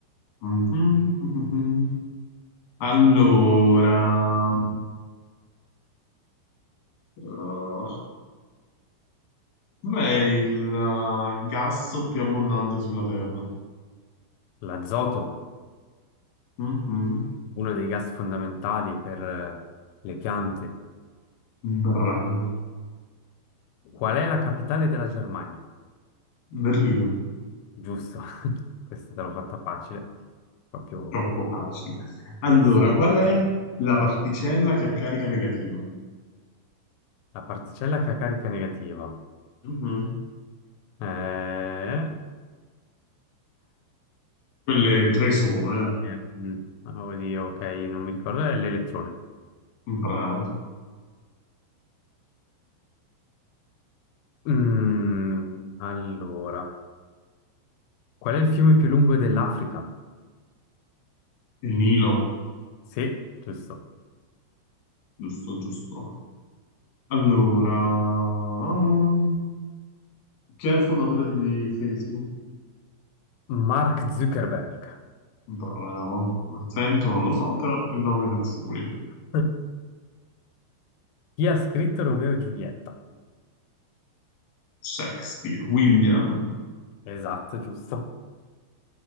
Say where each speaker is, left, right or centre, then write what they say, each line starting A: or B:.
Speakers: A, on the left (about 60°); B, on the left (about 85°).
A: Mhm, mhm. Allora, eh, qual è il eh, gas più abbondante sulla Terra?
B: L'azoto,
A: Mhm,
B: uno dei gas fondamentali per eh, le piante.
A: Bravo.
B: Qual è la capitale della Germania?
A: Berlino.
B: Giusto, <laughs> questa te l'ho fatta facile, proprio...
A: Troppo facile.
B: che-
A: Allora,
B: Eh sì,
A: qual è la particella che ha carica negativa?
B: la particella che ha carica negativa.
A: Mhm.
B: Eh...
A: Quelle tre sono, eh.
B: eh, mm, oddio, ok, non mi ricordo, è l'elettrone.
A: Bravo.
B: Mm, allora, qual è il fiume più lungo dell'Africa?
A: Il Nilo.
B: Sì, giusto.
A: Giusto, giusto. Allora, chi è il fondatore di Facebook?
B: Mark Zuckerberg.
A: Bravo. L'accento non lo so, però il nome penso sia quello.
B: <laughs> Chi ha scritto Romeo e Giulietta?
A: Shakespeare, William.
B: Esatto, giusto.